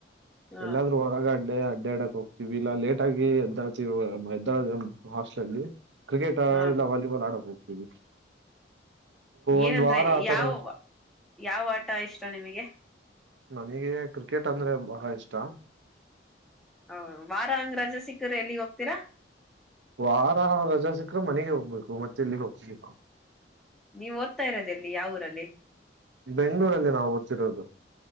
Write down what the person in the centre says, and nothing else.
ಹ
ಹ
ಏನಂದ್ರೆ
ಯಾವ ಯಾವ ಆಟ ಇಷ್ಟ ನಿಮಗೆ
ಹ ವಾರ ಹಂಗ್ ರಜೆ ಸಿಕ್ಕ್ರ ಎಲ್ಲಿಗ್ ಹೋಗ್ತೀರಾ.
ನೀವು ಓದ್ತಾ ಇರೋದು ಎಲ್ಲಿ ಯಾವ ಊರಲ್ಲಿ?